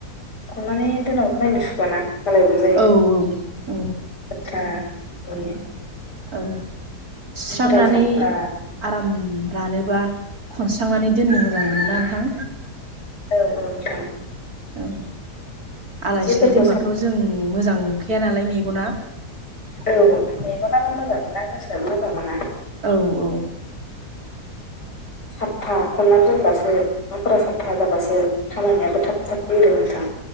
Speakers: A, on the left; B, on the right.
A: खननानै दोनाबो नायनो सुखुयाना गालाय गुजाय‌
B: औ औ औ
A: लेथ्रा नुयो
B: औ सुस्रांनानै
A: जिफोरा साफा
B: आराम रानोबा खनस्रांनानै दोननो मोजां मोनोना नोंथां
A: औ औ नोंथां
B: औ आलाय
A: जिफोरखौ
B: सिलाय दोनबाथ'
A: साफ
B: जों मोजां नुखाया नालाय मेगना
A: औ मेगनाबो मोजां मोना गोसोआबो मोजां मोना
B: औ औ
A: सापफा खननानै दोनबासो न'फोरा साफा जाबासो खामानियाबो थाब थाब एरो नोंथां